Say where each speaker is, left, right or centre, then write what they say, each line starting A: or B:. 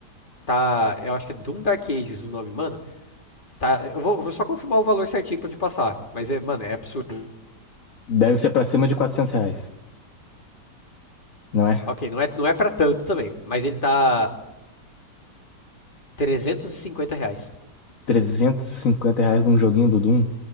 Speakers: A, on the left; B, on the left.
A: Tá. Eu acho que é Doom Dark Ages o nome, mano. Tá. Eu vou, eu vou só confirmar o valor certinho pra te passar. Mas, é, mano, é absurdo.
B: Deve ser pra cima de 400 reais, não é?
A: Ok, não é, não é pra tanto também. Mas ele tá. 350 reais.
B: trezentos e cinquenta reais num joguinho do Doom.